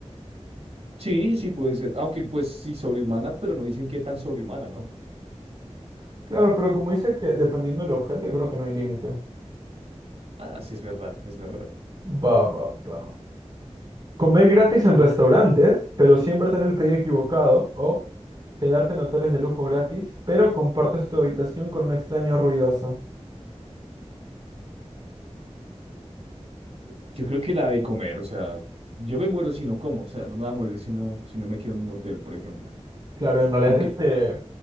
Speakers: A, on the right (about 65°); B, on the right (about 40°).
A: Sí, sí puede ser. Aunque pues sí, sobrehumana, pero no dicen qué tan sobrehumana, ¿no?
B: Claro, pero como dice que dependiendo del objeto, yo creo que no hay límite.
A: Ah, sí, es verdad, es verdad.
B: Va, va, va. Comer gratis en restaurantes, pero siempre tener el pedido equivocado. O quedarte en hoteles de lujo gratis, pero compartes tu habitación con un extraño ruidoso.
A: Yo creo que la de comer, o sea, yo me muero si no como, o sea, no me va a morir si no, si no me quedo en un hotel, por ejemplo.
B: Claro, en realidad
A: Aunque
B: este